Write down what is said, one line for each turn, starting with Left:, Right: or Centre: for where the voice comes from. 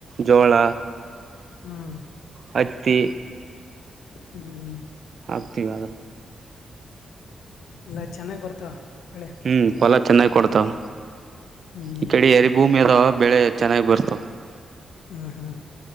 Right: ಜೋಳ
Left: ಹ್ಮ್
Right: ಹತಿ
Left: ಹ್ಮ್
Right: ಹಗ್ತಿವಾದ
Left: ಇಲ್ಲ ಚೆನ್ನಾಗ್ ಬರ್ತಾವ ಬೆಳೆ
Right: ಹ್ಮ್ ಫಲ ಚೆನ್ನಾಗ್ ಕೊಡ್ತಾವ
Left: ಹ್ಮ್
Right: ಈ ಕಡೆ ಎರಿ ಭೂಮಿ ಅದಾವ ಬೆಳೆ ಚೆನ್ನಾಗಿ ಬರ್ಸ್ತಾವ
Left: ಹ್ಮ್ ಹ್ಮ್